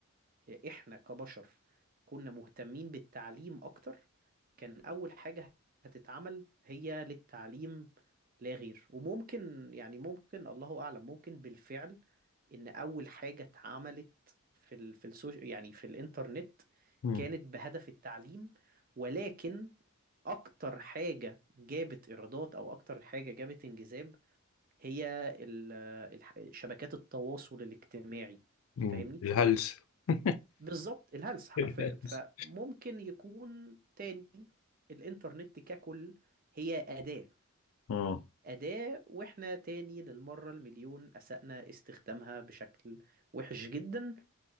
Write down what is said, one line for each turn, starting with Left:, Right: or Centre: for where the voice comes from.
Right: احنا كبشر كنا مهتمين بالتعليم اكتر كان اول حاجة هتتعمل هي للتعليم لا غير وممكن يعني ممكن الله اعلم ممكن بالفعل ان اول حاجة اتعملت في ال في السوش يعني في الانترنت
Left: مم.
Right: كانت بهدف التعليم ولكن اكتر حاجة جابت ايرادات او اكتر حاجة جابت انجذاب هي ال- الح- شبكات التواصل الاجتماعي
Left: مم.
Right: فاهمني
Left: الهلس <laughs>
Right: بالظبط الهلس حرفيا
Left: الهلس
Right: فممكن يكون تاني الانترنت ككل هي أداة
Left: اه
Right: أداة وإحنا تاني للمرة المليون أسأنا استخدامها بشكل وحش جدا